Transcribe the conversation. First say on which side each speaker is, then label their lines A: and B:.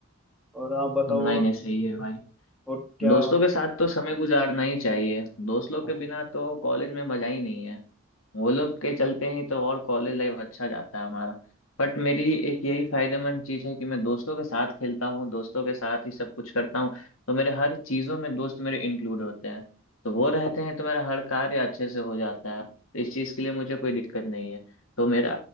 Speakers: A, in the centre; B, on the left (about 75°).
A: और आप बताओ
B: हम्म। नहीं
A: और,
B: नहीं सही है भाई
A: और क्या
B: दोस्तों के साथ तो समय गुजारना ही चाहिए दोस्त लोग
A: हाँ
B: के बिना तो कॉलेज में मजा ही नहीं है वो लोग के चलते ही तो और कॉलेज लाइफ अच्छा जाता है हमारा बट मेरी एक यही फायदेमंद चीज है कि मैं दोस्तों के साथ खेलता हूँ दोस्तों के साथ ही सब कुछ करता हूँ तो मेरे हर चीजों में दोस्त मेरे इंक्लूड होते हैं तो वो रहते हैं तो मेरा हर कार्य अच्छे से हो जाता है तो इस चीज के लिए मुझे कोई दिक्कत नहीं है तो मेरा